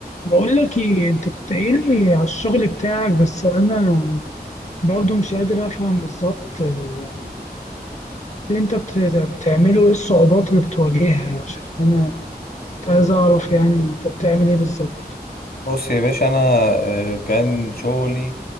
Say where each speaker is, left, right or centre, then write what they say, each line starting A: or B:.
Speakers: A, on the left (about 45°); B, on the left (about 65°).
A: بقول لك ايه انت كنت قايل لي على الشغل بتاعك بس انا برضو مش قادر افهم بالظبط آه، يعني اللي انت بت- بتعمله ايه الصعوبات اللي بتواجهها عشان انا كنت عايز اعرف يعني انت بتعمل ايه بالظبط
B: بص يا باشا انا آه، كان شغلي